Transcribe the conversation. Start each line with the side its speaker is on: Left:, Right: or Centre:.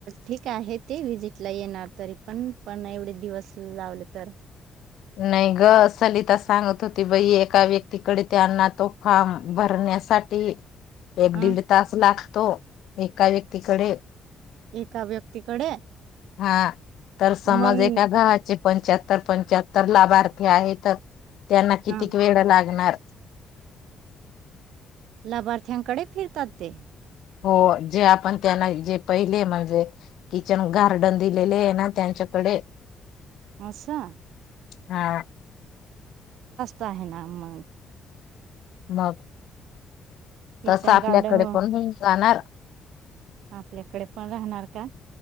Right: ठीक आहे ते विजिटला येणार तरी पण पण एवढे दिवस... लावली तर...
Left: नाही ग सलिता सांगत होती बाई एका व्यक्तीकडे त्यांना तो फॉर्म भरणार... साठी एक
Right: ह
Left: दीड तास लागतो एका व्यक्तीकडे..
Right: एका व्यक्तीकडे..
Left: हा तर समज
Right: मग
Left: एका गव्हाचे पंचाहत्तर पंचाहत्तर लाभार्थी आहेत... त्यांना कितीक
Right: हा
Left: वेळ लागणार
Right: लाभार्थ्यांकडे फिरतात ते...
Left: हो जे आपण त्यांना जे पहिले म्हणजे किचन गार्डन दिलेले आहे ना त्यांच्या. कडे
Right: आसा
Left: हा
Right: ताहे ना मग
Left: मग
Right: किचन
Left: तस आपल्याकडे
Right: गार्डन
Left: पण जाणार
Right: आपल्याकडे पण राहणार का?